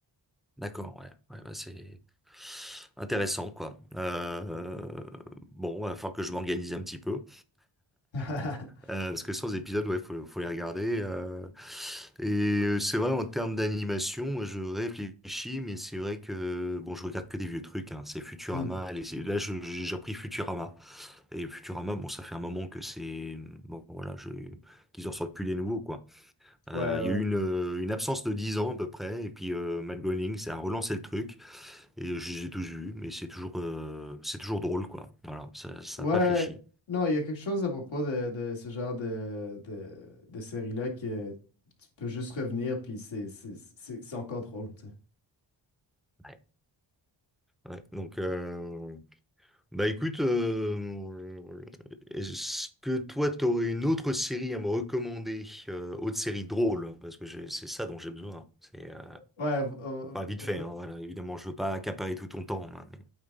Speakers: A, in the centre; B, on the left.
A: D'accord. Ouais. Ouais, bah, c'est intéressant, quoi. Euh, bon, il va falloir que je m'organise un petit peu.
B: <laughs>
A: Euh, parce que sans épisodes, ouais, faut, faut les regarder. euh. et euh, c'est vrai, en termes d'animation, moi, je réfléchis, mais c'est vrai que bon, je regarde que des vieux trucs. Hein, c'est Futurama.
B: Hmm.
A: Allez, c'est- là, je- j'ai repris Futurama. Et Futurama, bon, ça fait un moment que c'est bon, voilà, je, qu'ils en sortent plus les nouveaux, quoi. Euh,
B: Ouais,
A: Il
B: ouais.
A: y a eu une, euh, une absence de 10 ans à peu près, et puis euh, Matt Groening, ça a relancé le truc. Et j'ai tout vu, mais c'est toujours, euh, c'est toujours drôle, quoi. Voilà, ça, ça
B: Ouais,
A: a pas fléchi.
B: non, il y a quelque chose à propos de, de ce genre de, de, de série-là que tu peux juste revenir, puis c'est c'est- c'est- c'est encore drôle, tu sais.
A: Ouais. Ouais, donc. Euh... Bah écoute, euh, est-ce que toi t'aurais une autre série à me recommander, euh, autre série drôle, parce que j'ai- c'est ça dont j'ai besoin. C'est euh,
B: Ouais, euh,
A: enfin vite
B: un
A: fait,
B: peu-
A: hein, voilà. Évidemment, je veux pas accaparer tout ton temps. hein, mais-